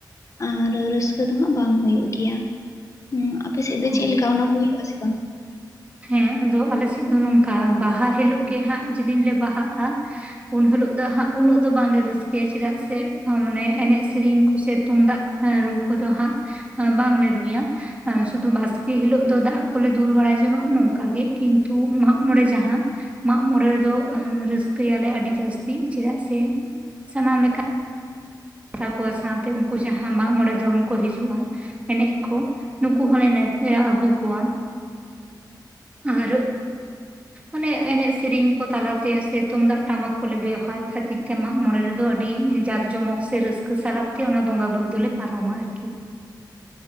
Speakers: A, on the left; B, on the right.
A: ᱟᱨ ᱨᱟᱹᱥᱠᱟᱹ ᱫᱚ ᱦᱟᱸᱜ ᱵᱟᱝ ᱦᱩᱭᱩᱜ ᱜᱮᱭᱟ ᱦᱩᱸ ᱟᱯᱮ ᱥᱮᱜ ᱫᱚ
B: ᱚ
A: ᱪᱮᱫ ᱞᱮᱠᱟ ᱚᱱᱟᱠᱚ ᱦᱩᱭᱩᱜᱼᱟ ᱥᱮ ᱵᱟᱝ
B: ᱦᱮᱸ ᱟᱫᱚ ᱟᱞᱮ ᱥᱮᱫ ᱫᱚ ᱱᱚᱝᱠᱟ ᱵᱟᱦᱟ ᱦᱤᱞᱳᱜ ᱜᱮ ᱦᱟᱸᱜ ᱡᱮᱫᱤᱱ ᱞᱮ ᱵᱟᱦᱟᱜᱼᱟ ᱩᱱ ᱦᱤᱞᱳᱜ ᱫᱚ ᱦᱟᱹᱜ ᱩᱱᱟᱜ ᱫᱚ ᱵᱟᱝᱞᱮ ᱨᱟᱹᱥᱠᱟᱹᱭᱟ ᱪᱮᱫᱟᱜ ᱥᱮ ᱢᱟᱱᱮ ᱮᱱᱮᱡ ᱥᱤᱨᱮᱧ ᱠᱚ ᱥᱮ ᱛᱩᱝᱫᱟᱜ ᱦᱮᱸᱨᱩ ᱠᱚᱫᱚ ᱦᱟᱸᱜ ᱵᱟᱝᱞᱮ ᱨᱩᱭᱟ ᱟᱨ ᱥᱩᱫᱩ ᱵᱟᱥᱠᱮ ᱦᱤᱞᱳᱜ ᱫᱚ ᱫᱟᱜ ᱠᱚᱞᱮ ᱫᱩᱞ ᱵᱟᱲᱟ ᱡᱚᱱᱟᱜ ᱱᱚᱝᱠᱟ ᱜᱮ ᱠᱤᱱᱛᱩ ᱢᱟᱜ ᱢᱚᱬᱮ ᱡᱟᱦᱟᱸ ᱢᱟᱜᱢᱚᱬᱮ ᱨᱮᱫᱚ ᱨᱟᱹᱥᱠᱟᱹᱭᱟᱞᱮ ᱟᱹᱰᱤ ᱡᱟᱹᱥᱛᱤ ᱪᱮᱫᱟᱜ ᱥᱮ ᱥᱟᱱᱟᱢ ᱞᱮᱠᱟ ᱛᱟᱠᱚᱣᱟ ᱥᱟᱶᱛᱮ ᱩᱱᱠᱩ ᱡᱟᱦᱟᱸ ᱢᱟᱜᱢᱚᱬᱮ ᱫᱚᱱ ᱠᱚ ᱦᱤᱡᱩᱜᱼᱟ ᱮᱱᱮᱡ ᱠᱚ ᱱᱩᱠᱩ ᱦᱚᱸᱞᱮ ᱱᱮᱶᱛᱟ ᱟᱹᱜᱩ ᱠᱚᱣᱟ ᱟᱨ ᱟᱱᱮ ᱮᱱᱮᱡ ᱥᱮᱨᱮᱧ ᱠᱚ ᱛᱟᱞᱟᱛᱮ ᱥᱮ ᱛᱩᱢᱫᱟᱜ ᱴᱟᱢᱟᱠ ᱠᱚᱞᱮ ᱵᱮᱣᱦᱟᱨ ᱠᱷᱟᱹᱛᱤᱨ ᱛᱮ ᱢᱟᱜᱢᱚᱬᱮ ᱨᱮᱫᱚ ᱟᱹᱰᱤ ᱡᱟᱸᱠ ᱡᱚᱢᱚᱠ ᱥᱮ ᱨᱟᱹᱥᱠᱟᱹ ᱥᱟᱞᱟᱜ ᱛᱮ ᱚᱱᱟ ᱵᱚᱸᱜᱟ ᱵᱩᱨᱩ ᱫᱚᱞᱮ ᱯᱟᱨᱚᱢᱟ ᱟᱨᱠᱤ